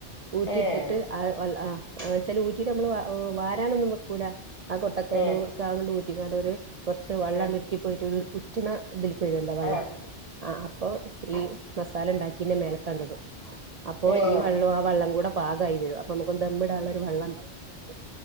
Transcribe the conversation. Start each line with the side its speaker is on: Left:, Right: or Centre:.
Right: ഊറ്റി
Left: ഏഹ്
Right: എടുത്തിട്ട് ആ വച്ചല് ഊറ്റിട്ട് നമ്മള് വാരാനൊന്നും വെക്കൂല ആ കൊട്ടക്കൈൽട്ക്കെ
Left: ഏഹ്
Right: ഊറ്റിക്കാണ്ട് ഒരു കുറച്ച് വെള്ളം
Left: ഏഹ്
Right: ഉറ്റി പോയിട്ട് ഉറ്റിന ഇതിൽക്കുവരുവല്ലോ വെള്ളം
Left: ആഹ്
Right: ആഹ് അപ്പൊ ഈ മസാല ഉണ്ടാക്കിന്റെ മേലക്കണ്ട് ഇടും അപ്പൊ
Left: ഏഹ്
Right: ഈ വെള്ളം ആ വെള്ളം കൂടെ പാകായി വരും അപ്പൊ നമുക്ക് ദമ്മിടാനുള്ളള്ള ഒരു വെള്ളം ഉണ്ടാവും അയില്